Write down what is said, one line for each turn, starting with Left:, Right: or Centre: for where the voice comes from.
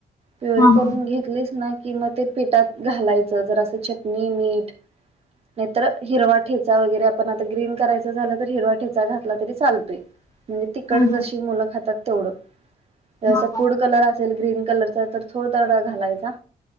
Right: प्युरी
Left: हं,
Right: करून
Left: हं,
Right: घेतलीस ना कि मग ते पिटात घालायचं जरासं चटणी, मीठ. नाहीतर हिरवा ठेचा वगैरे आपण आता ग्रीन करायच झालं तर हिरवा ठेचा घातला तरी चालतोय.
Left: <inaudible>
Right: म्हणजे तिकट
Left: हं, हं,
Right: जशी मुलं खातात तेवढं जरासं
Left: हं, हं,
Right: फूड कलर असेल ग्रीन कलरचा तर थोडडा घालायचा